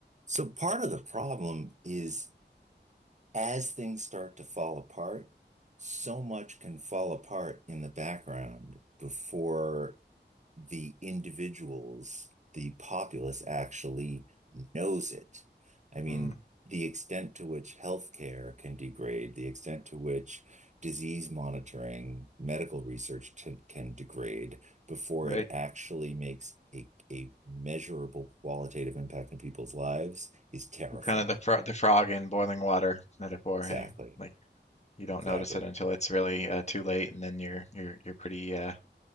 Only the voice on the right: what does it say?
So part of the problem is as things start to fall apart, so much can fall apart in the background before the individuals, the populace actually knows it. I mean,
the extent to which healthcare can degrade, the extent to which disease monitoring, medical research can, can degrade before
it actually makes a, a measurable qualitative impact in people's lives is terrifying.
Exactly.
Exactly.